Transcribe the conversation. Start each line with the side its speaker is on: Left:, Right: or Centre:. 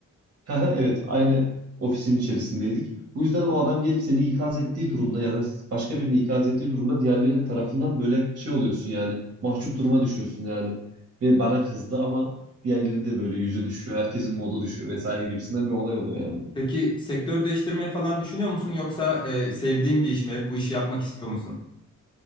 Right: Haha, Evet, aynı ofisin içerisindeydik. Bu yüzden o adam gelip seni ikaz ettiği durumda ya da başka birini ikaz ettiği durumda diğerleri tarafından böyle şey oluyorsun yani mahcup duruma düşüyorsun yani. Ve bana kızdı ama diğerleri de böyle yüzü düşüyor, herkesin modu düşüyor vesaire gibisinden bir olay oluyor yani.
Left: Peki sektör değiştirmeyi falan düşünüyor musun yoksa e, sevdiğin bir iş mi? Hep bu işi yapmak istiyor musun?